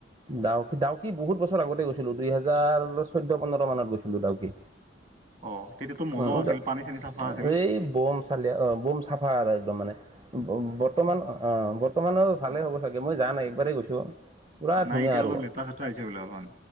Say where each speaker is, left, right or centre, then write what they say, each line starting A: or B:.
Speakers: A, on the right; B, on the right.
A: ডাউকী-ডাউকী বহুত বছৰ আগতে গৈছিলোঁ, দুইহেজাৰ চৈধ্য-পোন্ধৰ মানত গৈছিলোঁ ডাউকী।
B: অ তেতিয়াতো মজা
A: <unintelligible>
B: আছিল পানী চানী চাফা
A: উম'এই
B: আছিল
A: বম চালিয়া আহ বম চাফা আৰু একদম মানে। বৰ্তমান অ বৰ্তমানৰ ভালেই
B: অ
A: হ'ব চাগে মই যাম, একবাৰেই গৈছোঁ। পুৰা
B: নাই
A: ধুনীয়া
B: এতিয়া
A: আৰু।
B: অলপ লেতেৰা চেতেৰা হৈছে বোলে অলপমান